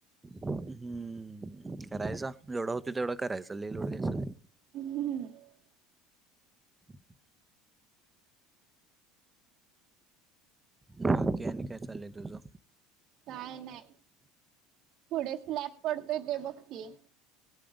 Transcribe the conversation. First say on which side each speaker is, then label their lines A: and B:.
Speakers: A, on the right (about 15°); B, on the right (about 50°).
A: हम्म करायचा जेवढा होतोय तेवढा करायचा लय लोड घ्यायचा नाही.
B: ह ह.
A: <inaudible> बाकी आणि काय चाललंय तुझं?
B: काय नाही पुढे स्लॅप पडतोय ते बघती आहे.